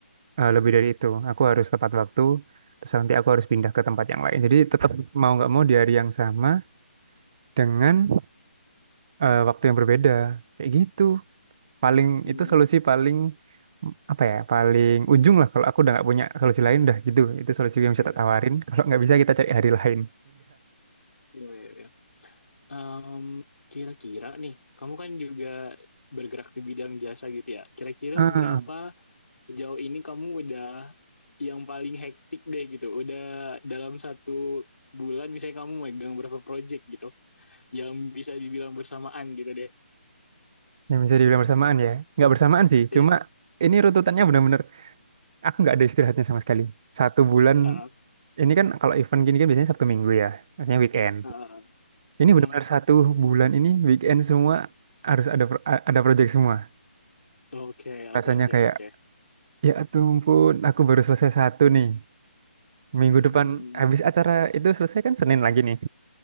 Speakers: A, on the right (about 25°); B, on the left (about 85°).
A: eh, lebih dari itu. Aku harus tepat waktu, terus nanti aku harus pindah ke tempat yang lain. Jadi tetap mau nggak mau di hari yang sama dengan eh, waktu yang berbeda. Kayak gitu. Paling
B: hmm.
A: itu solusi paling mm, apa ya? Paling ujung lah kalau aku udah nggak punya solusi lain udah gitu. Itu solusi yang bisa
B: Iya,
A: tak tawarin. Kalau nggak bisa kita cari hari lain.
B: iya, iya. iya. Em, kira-kira nih, kamu kan juga bergerak di bidang jasa gitu ya. Kira-kira
A: Udah.
B: berapa sejauh ini kamu udah yang paling hektik deh gitu. Udah dalam satu bulan misalnya kamu megang berapa project gitu yang bisa dibilang bersamaan gitu deh.
A: yang bisa dibilang bersamaan ya. Nggak bersamaan sih,
B: Iya.
A: cuma ini runtutannya benar-benar aku nggak ada istirahatnya sama sekali. Satu bulan
B: Ah,
A: ini kan kalau event gini kan biasanya Sabtu Minggu ya, artinya weekend.
B: ah, ah.
A: Ini
B: Hmm.
A: benar-benar satu bulan ini weekend semua harus ada pro- a- ada project semua.
B: Oke, oke,
A: Rasanya
B: oke,
A: kayak
B: oke.
A: ya ampun, aku baru selesai satu nih. Minggu
B: Hmm.
A: depan habis acara itu selesai kan Senin lagi nih.